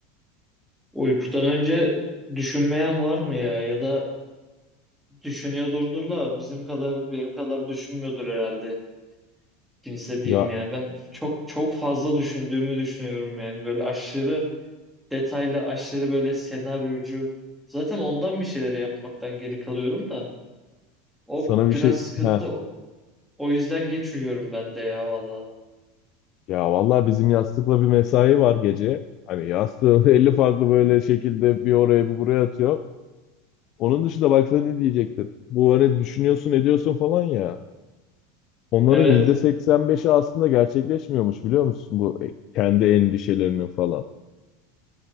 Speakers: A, in the centre; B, on the left (about 40°).
A: Uykudan önce düşünmeyen var mı ya? Ya da düşünüyordurdur la bizim kadar benim kadar düşünmüyordur herhalde. Kimse diyeyim
B: Ya
A: yani. Ben çok çok fazla düşündüğümü düşünüyorum yani. Böyle aşırı detaylı aşırı böyle senaryocu. Zaten ondan bir şeyleri yapmaktan geri kalıyorum da. O
B: sana bir
A: biraz
B: şey
A: sıkıntı.
B: ha
A: O yüzden geç uyuyorum ben de ya valla.
B: ya vallahi bizim yastıkla bir mesai var gece. Hani yastığı <laughs> 50 farklı böyle şekilde bir oraya bir buraya atıyor. Onun dışında baksana ne diyecektim. Bu hani düşünüyorsun ediyorsun falan ya. Onların
A: Evet.
B: yüzde seksen beşi aslında gerçekleşmiyormuş biliyor musun? Bu e, kendi endişelerinin falan.